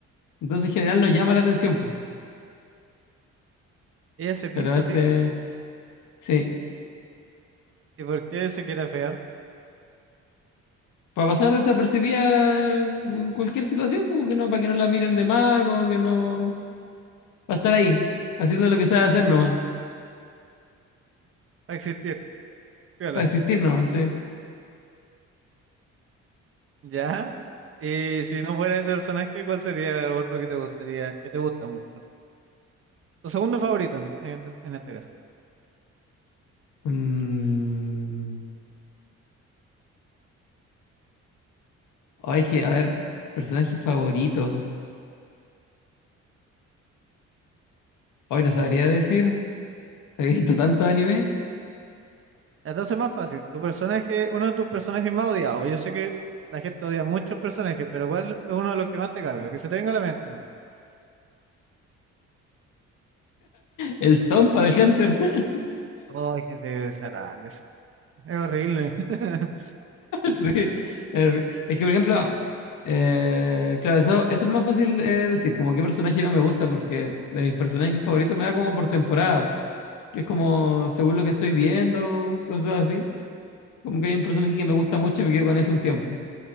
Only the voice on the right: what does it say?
Ella se pinta
peca.
¿Y por qué se quiere afear?
Para existir. Piola.
¿Ya? Y si no fuera ese personaje, ¿cuál sería otro que te gustaría, que te gusta mucho? Tu segundo favorito en, en en este caso.
Entonces más fácil, tu personaje, uno de tus personajes más odiados. Yo sé que la gente odia muchos personajes, pero ¿cuál es uno de los que más te carga? Que se te venga a la mente, ¿no?
Ay, que desagradable. ese. Es horrible. <laughs>